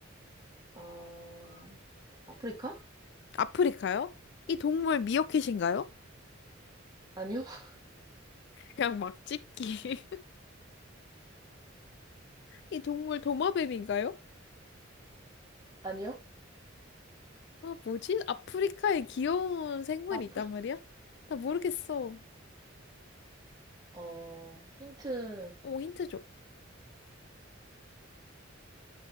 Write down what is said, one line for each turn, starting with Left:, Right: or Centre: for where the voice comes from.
Right: 아, 아프리카?
Left: 아프리카요? 이 동물 미어캣인가요?
Right: 아니요? <laughs>
Left: 그냥 막 찍기. <laughs> 이 동물 도마뱀인가요?
Right: 아니요?
Left: 아, 뭐지? 아프리카에 귀여운 생물이
Right: 아프리카,
Left: 있단 말이야? 나 모르겠어.
Right: 어, 힌트,
Left: 어, 힌트 줘.